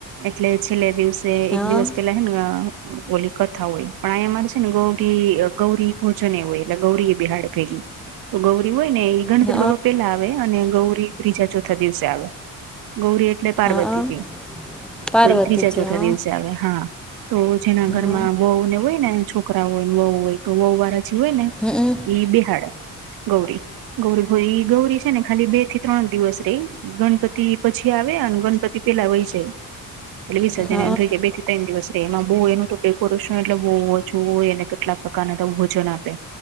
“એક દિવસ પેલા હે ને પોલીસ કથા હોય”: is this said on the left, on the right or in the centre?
Right